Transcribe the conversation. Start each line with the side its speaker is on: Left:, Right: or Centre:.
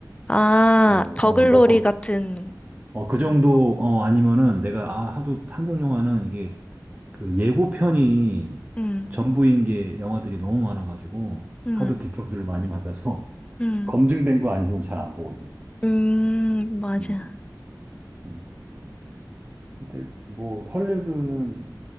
Left: 아,
Right: 그
Left: 더글로리
Right: 어 몇 번.
Left: 같은
Right: 어, 그 정도,
Left: 거.
Right: 어, 아니면은 내가, 아, 하도 한국 영화는 이게 그 예고편이
Left: 음.
Right: 전부인 게 영화들이 너무 많아가지고
Left: 음.
Right: 하도 뒤통수를 많이 맞아서
Left: 음.
Right: 검증된 거 아니면 잘 안 보거든.
Left: 음, 맞아.
Right: 음. 음. 근데 뭐 헐리우드는